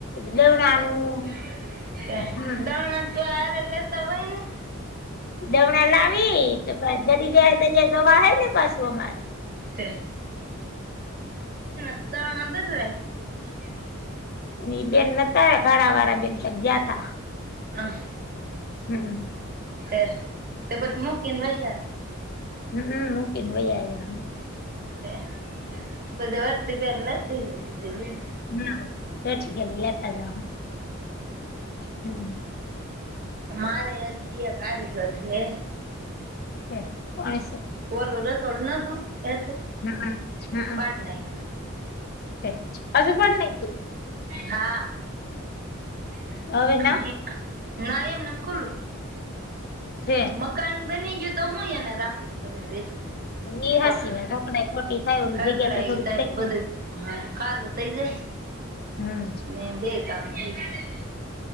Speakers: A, on the left (about 50°); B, on the right (about 45°).
A: દવણાનું
B: <inaudible>
A: હમ
B: દયણા તો હારે લેતા અવાય ને.
A: દવણા લાવી તો પછ દરી દે હે. <inaudible> પાસું અમારે.
B: તે દરના દરી રાખ. <inaudible>
A: ને ઈ બેન નતા આયવા. ઘણા વાળા બેન ક્યાંક ગયાતા.
B: અ
A: હમ
B: એ તે પછી મુકી ન વહી આયે.
A: હમ અ મૂકીને વહી આયા અમે.
B: એ પછી વરતી ફેરે લેતી જાજે બેન.
A: હમ વરતી ફેરે લેતા જાહુ. હમ
B: મારે એક દિયર કારીગર છે.
A: હે કોણી સે.
B: ઓલું રસોડું નતું એક એ
A: હમ અ હમ અ
B: નાયખું
A: સે પાછું બણ નાયખું.
B: હા <inaudible>
A: હવે ના
B: ના એમ ને એમ ખુલુ.
A: છે
B: મકાન બની ગયું તો હું એને રાખીને કરવું ભેઠવું.
A: ઈ
B: ખોટું
A: હસી વાત હકડાઈ ખોટી થાય ઓલી
B: હકડાયું
A: જગ્યા તો થોડીક
B: સા
A: થઈ
B: બધું
A: જાય
B: હહ ખાલુ થઇ જાય.
A: હમ
B: ને બેય કામ થઈ જાય.